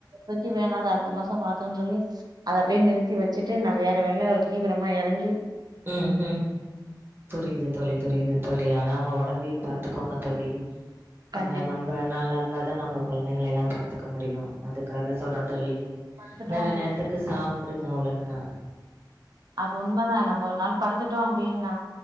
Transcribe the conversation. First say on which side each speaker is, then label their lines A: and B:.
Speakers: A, on the right (about 60°); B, on the right (about 30°).
A: க்கு வேணா அது அடுத். த மாசம் பார்த்தகளானு சொல்லி அத அப்படியே நிறுத்தி வச்சுட்டு நான் வேற வெள்ள தீவிரமா இறங்கி.
B: ம் ம் புரியுது தோழி புரியுது தோழி ஆனா அவுங்க. ஒடம்பயும் பாத்துக்கோங்க தோழி.
A: கண்டிப்பா
B: ஏன்னா நம்ம நல்லா இருந்தாதான் நம்ம கொழந்தைங்கள எல்லாம் பாத்துக்க முடியும் அதுக்காக சொல்ற தோழி
A: படுத்துட்டோ
B: நேர
A: அப்டி
B: நேரத்துக்கு சாப். சாப்டுங்க ஒழுங்கா.
A: அது உண்மதான் நம்ம ஒரு நாள் படுத்துட்டோம் அப்டின்னா.